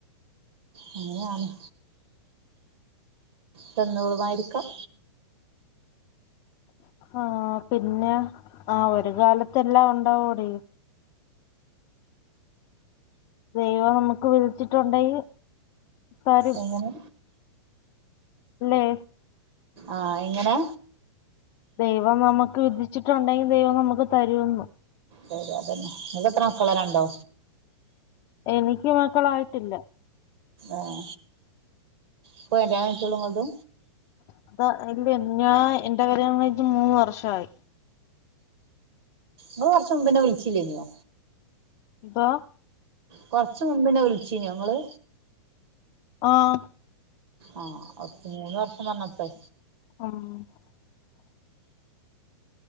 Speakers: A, on the right; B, on the left.
A: അനെയയാണ് തന്നോളുമായിരിക്കാം
B: ആഹ പിന്നെ ആ ഒരു കാലത്തെല്ലാ ഉണ്ടാവുടി ദൈവം നമുക്ക് വിധിച്ചിട്ടുണ്ടങ്കിൽ പരും
A: എങ്ങനെ
B: ല്ലെ
A: ആ എങ്ങിനെ
B: ദൈവം നമുക്ക് വിധിച്ചിട്ടുണ്ടെങ്കിൽ ദൈവം നമുക്ക് തരുന്നു
A: ശരി അതന്നെ ഇങ്ങക്ക്എത്ര മക്കള രണ്ടോ
B: എനിക്ക് മക്കളായിട്ടില്ല
A: ആഹ ഇപ്പോ കല്ല്യണം കഴിഞ്ഞു ട്ടോളു ഇങ്ങൾത്
B: അതാ ഇല്ല ഞാൻ എന്റെ കല്യാണ മൂന്ന് വർഷായി
A: നി കുറച്ച മുമ്പന്നെ വിളിച്ചില്ലേനോ
B: ആ
A: കൊറച്ച മുമ്പ് എന്നെ വിളിച്ചിനോ ങ്ങള്
B: ആഹ
A: ആഹ അപ്പ മൂന്ന് വർഷപറഞ്ഞപ്പേ
B: ആഹ